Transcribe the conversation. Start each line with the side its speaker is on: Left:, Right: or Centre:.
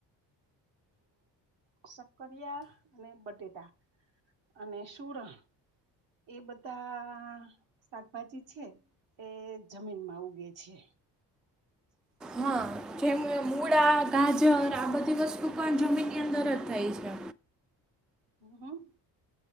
Right: અ શક્કરિયા અને બટેટા અને સુરણ એ બધા શાકભાજી છે એ જમીનમાં ઉગે છે.
Centre: હા જેમ મૂળા ગાજર આ બધી વસ્તુ પણ જમીનની અંદર જ થાય છે.
Right: હમ્મ હ.